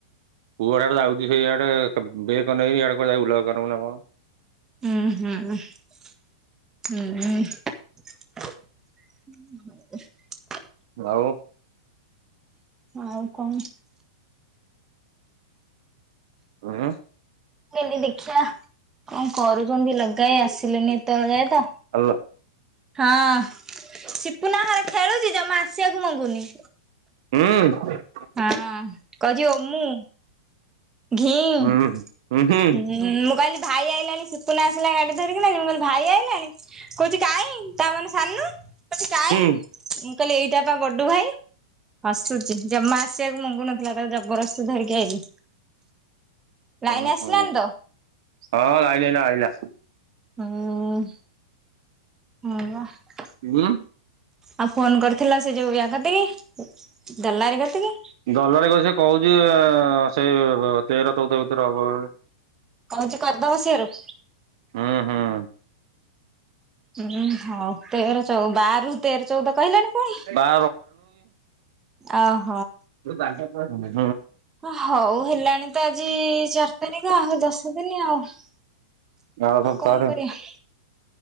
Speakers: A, on the right; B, on the right.
A: ପୁଅ ହେଡ଼ା ଆଡେ ଯାଉଛି ସେଇଆଡେ ବେକ ନେଇ ଆଡେ କୁଆଡ଼େ ଯାଇ ବୁଲା ଦୋକାନକୁ ନା କଣ?
B: ହୁଁ ହୁଁ ହୁଁ। ହ <inaudible>
A: ଆଉ
B: ଆଉ କଣ?
A: ଉଁ ହୁଁ।
B: ମୁଁ କହିଲି ଦେଖିଆ, କଣ କରୁଚନ୍ତି ଲଗାଏ ଆସିଲେନି ଏତେବେଳେ ଯାଏ ତ
A: ହାଲୋ।
B: ହଁ ସିପୁନା ଘରେ ଖେଳୁଛି, ଜମା ଆସିବାକୁ ମଙ୍ଗୁନି।
A: ହୁଁ।
B: ହଁ କହୁଛି ଓମୁ ଘିଁ ଉମ୍
A: ହୁଁ ହୁଁ ହୁଁ
B: ମୁଁ କହିଲି ଭାଇ ଆଇଲାଣି ସିପୁନା ଆସିଲା ଗାଡି ଧରିକିନା ଯ, ମୁଁ କହିଲି ଭାଇ ଆଇଲାଣି, କହୁଛି କାଇଁ ତା ମାନେ ସାନୁ କହୁଚି କାଇଁ,
A: ହୁଁ
B: ମୁଁ କହିଲି ଏଇଟା ବା ଗଡୁ ଭାଇ। ହସୁଚି, ଜମା ଆସିବାକୁ ମଙ୍ଗୁନଥିଲା, ତାକୁ ଜବରସ୍ତି ଧରିକି ଆଇଲି। ଲାଇନ୍
A: ଓହୋ।
B: ଆସିଲାନି ତ
A: ହଁ ଲାଇନି ଏଇନା ଆଇଲା।
B: ହୁଁ, ହଁ ବା।
A: ଉଁ
B: ଆଉ ଫୋନ କରିଥିଲ ସେ ଯୋଉ ୟା କତିକି, ଦଲାରି କତିକି?
A: ଦଲାରି କ ସେ କହୁଛି ସେଇ ତେର ଚଉଦ ଭିତରେ ହବ ବେଲି।
B: କହୁଛି କରିଦବ ସିଓର?
A: ହୁଁ ହୁଁ
B: ଉଁ ହଉ ତେର ଚଉ ବାରରୁ ତେର ଚଉଦ କହିଲାଣି ପୁଣି
A: ବା
B: ଆ ଅ
A: ତୁ! !!!!!!!!!
B: ଆ ହଉ ହେଲାଣି ତ ଆଜି ଚାରି ତାରିଖ, ଆଉ ଦଶ ଦିନ ଆଉ। ବା
A: ଆର ସପ୍ତାହରେ
B: କଣ କରିଆ?